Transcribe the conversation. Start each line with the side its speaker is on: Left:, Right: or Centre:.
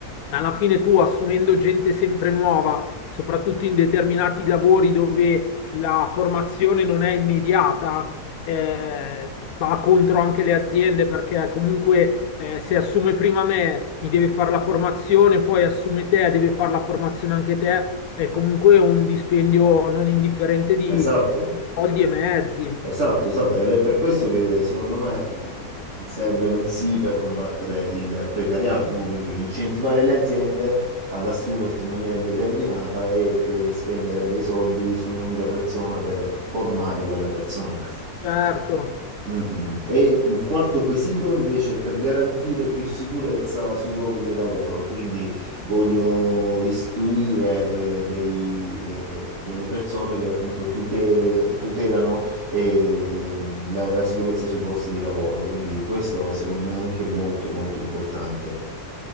Left: alla fine tu assumendo gente sempre nuova, soprattutto in determinati lavori dove la formazione non è immediata, eh, va contro anche le aziende perché comunque eh, se assume prima me mi deve fare la formazione, poi assume te, deve fare la formazione anche te, è comunque un dispendio non indifferente di,
Right: Esatto.
Left: di soldi e mezzi,
Right: Esatto, esatto, ed è per questo che secondo me eh, serve un sì per combattere il precariato, no? Quindi incentivare le aziende ad assumerti in maniera indeterminata e, e spendere dei soldi su un'unica persona per formare quella persona.
Left: certo.
Right: Mm, mm, mm. E il quarto quesito invece è per garantire più sicurezza sui luoghi di lavoro, quindi voglio istruire eh, dei, eh, delle persone che appunto tute- tutelano eh, la, la sicurezza sui posti di lavoro, quindi questo secondo me è anche molto molto importante.